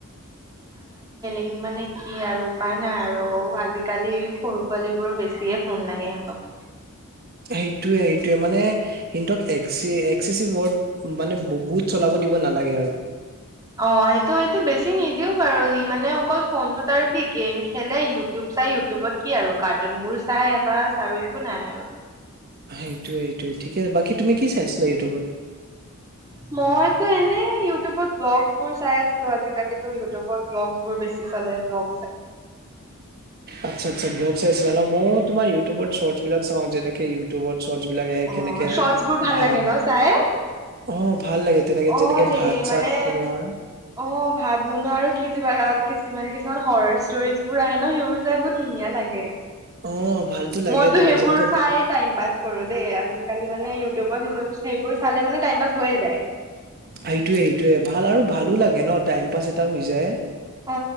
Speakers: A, on the right; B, on the right.
A: দিন মানে কি আৰু উপায় নাই আৰু আজিকালি সৰু পোৱালী বোৰ বেছিয়ে ফোন লাগে সিহঁতক। উ
B: সেইটোয়ে সেইটোয়ে মানে সিহতক এক্সি চি ৱৰ্ড মানে বহুত চলাব দিব নালাগে আৰু।
A: অ সেইটো সেইটো বেছি নিদিও বাৰু সি মানে অকল ফোনটোত আৰু কি গেম খেলে ইউটিউব চাই ইউটিউবত কি আৰু কাৰ্টুন বোৰ চাই বা চ আৰু একো নাই আৰু
B: সেইটোৱেই সেইটোৱে ঠিক আছে বাকী তুমি কি চাইছিলা ইউটিউবত
A: মইতো এনেই ইউটিউবত ভ্লগছ বোৰ চাই আছিলো আজিকালিতো ইউটিউবত ভ্লগছ বোৰ বেছি চলে ভ্লগ
B: আচ্চা আচ্চা ভ্লগ চাইছিলা ন ময়ো তোমাৰ ইউটিউবৰ স্বটছ বিলাক চাওঁ যেনেকে ইউটিউবত চটৰ্ছ বিলাক আহ
A: অ
B: কেনেকে
A: শৰ্টছ বোৰ ভাল
B: ভাত
A: লাগে ন চাই
B: অ ভাল লাগে তেনেকে
A: অ
B: যেনেকে
A: ৰে
B: ভাত
A: মানে
B: চাত বনোৱা
A: অ ভাত বনোৱা আৰু কি কিবা কিছুমান কিছুমান কিছুমান হৰৰ ষ্টৰিজ বোৰ আহে ন সেইবোৰ চাই বহুত ধুনীয়া লাগে
B: অ ভালতো লাগে
A: মইতো
B: তোমাৰ
A: সেইবোৰ
B: যেনেকে
A: চাই টাইম পাছ কৰো দেই আজিকালি মানে ইউটিউবত সেইটো সেইবোৰ চালে মানে টাইম পাছ হৈয়ে যায়
B: সেইটোয়ে সেইটোয়ে ভাল আৰু ভালো লাগে লাগে ন টাইম পাছ এটা হৈ যায়
A: অ